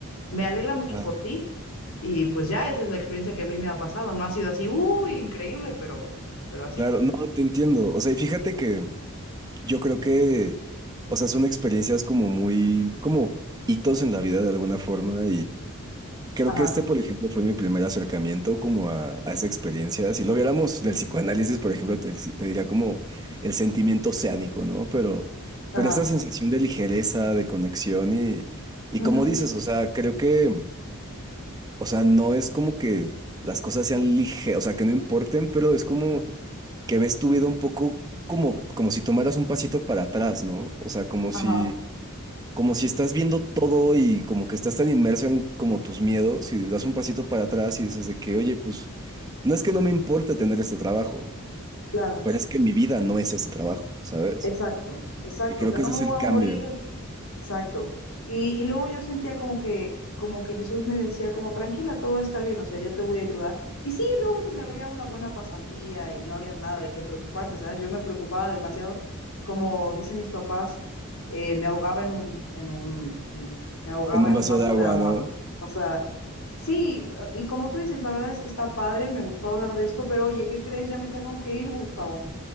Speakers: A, on the left (about 70°); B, on the right (about 20°).
A: me alegra mucho
B: ajá,
A: por ti y pues ya esa es la experiencia que a mí me ha pasado, no ha sido así, uy, increíble, pero, pero así.
B: Claro, no, te entiendo. O sea, y fíjate que yo creo que, o sea, son experiencias como muy, como hitos en la vida de alguna forma Creo
A: Ajá,
B: que este, por ejemplo, fue mi primer acercamiento como a, a esa experiencia. Si lo viéramos del psicoanálisis, por ejemplo, te, te diría como el sentimiento oceánico, ¿no? Pero,
A: ajá,
B: pero esta sensación de ligereza, de conexión y, y
A: ujú,
B: como dices, o sea, creo que, o sea, no es como que las cosas sean ligeras, o sea, que no importen, pero es como que ves tu vida un poco como, como si tomaras un pasito para atrás, ¿no? O sea, como si
A: ajá,
B: como si estás viendo todo y como que estás tan inmerso en como tus miedos y das un pasito para atrás y dices de que, oye, pues no es que no me importe tener este trabajo,
A: claro,
B: pero es que mi vida no es este trabajo, ¿sabes?
A: exacto, exacto.
B: Y creo
A: O sea,
B: que
A: no
B: ese
A: me
B: es
A: voy
B: el cambio
A: a morir Exacto. Y, y luego yo sentía como que, como que Jesús me decía como, tranquila, todo va a estar bien, o sea, yo te voy a ayudar. Y sí, luego se me abría una buena pasantía y no había nada de qué preocuparse, ¿sabes? Yo me preocupaba demasiado, como dicen mis papás, eh, me ahogaba en un, en un, en- me ahogaba
B: en un
A: en
B: vaso
A: un vaso
B: de agua,
A: de agua.
B: ¿no?
A: O sea, sí, y como tú dices, la verdad es que está padre, me gustó hablar de esto, pero oye, ¿qué crees? Ya me tengo que ir, Gustavo.